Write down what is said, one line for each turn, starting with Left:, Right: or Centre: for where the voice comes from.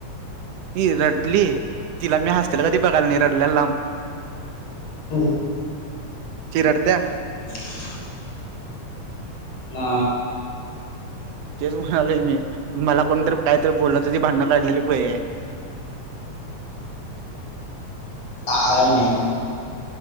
Right: ही रडली तिला मी हसतेल कधी बघायला नाही रडल्याला लांब
Left: हो
Right: चिरडते
Left: ह ना
Right: तेच म्हणाले मी मला कोणतरी काहीतरी बोललायचं ती भांडं काढलेली पाहिे
Left: आळ नाही